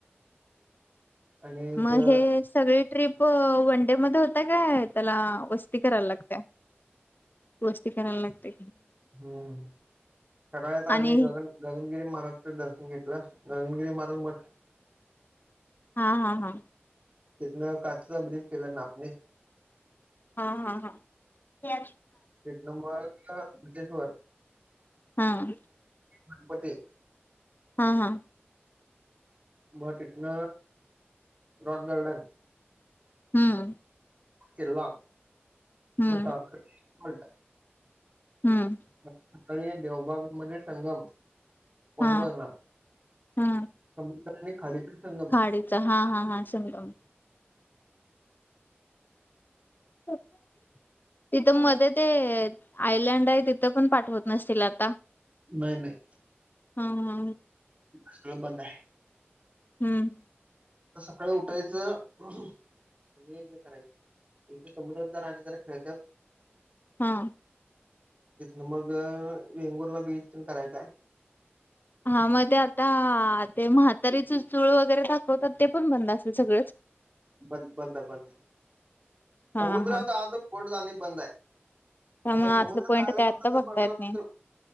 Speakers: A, on the right; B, on the left.
A: आणि
B: मग
A: त
B: हे सगळी ट्रिप वनडे मध्ये होता काय त्याला वस्ती कराला लागत गोष्टी करायला लागते
A: हम् सकाळ आता आम्ही
B: आणि
A: गगन गगनगिरी महाराज दर्शन घेत रनगिरी मारल मठ
B: हा हा हा
A: कतना कास ब्रिज केला नापने
B: हा हा हा ते
A: कलंं म खर
B: हा.
A: <unintelligible>
B: हा हा.
A: म तीतन रॉक गार्डन
B: हम्म.
A: सरला
B: हम्म
A: म तारकर्ली. <unintelligible>
B: हम्म
A: म सकाळी देवबाग. मध्ये संगम पॉईंट
B: हा
A: बघणार
B: हा
A: समुद्र आणि खाडीचा संगम
B: खाडीच हा हा हा संगम. <unintelligible> तिथं मध्ये ते, आयलँड तिथं पण पाठवत नसतील आता?
A: नाही नाही.
B: हा हा.
A: सगळ बंद हाय.
B: हम्म.
A: सकाळी उठायचं आणि हे करायच म्हणजे समुद्रात जरा आणि जरा खेळत्यात.
B: हा.
A: तिथून मग वेंगुर्ला बीच तेन करायचा.
B: हा मग ते आता ते म्हातारी च चूळ वगैरे दाखवतात ते पण बंद असेतील सगळंच?
A: ब बंद आहे बंद
B: हा
A: समुद्रात
B: हा
A: आता बोट जाणे बंद आय
B: त्यामुळे
A: आता हे
B: आतलं
A: समुद्रात
B: पॉईंट
A: जायला
B: काय आत्ता
A: पण तसच
B: बघता
A: बघायला
B: येत नाही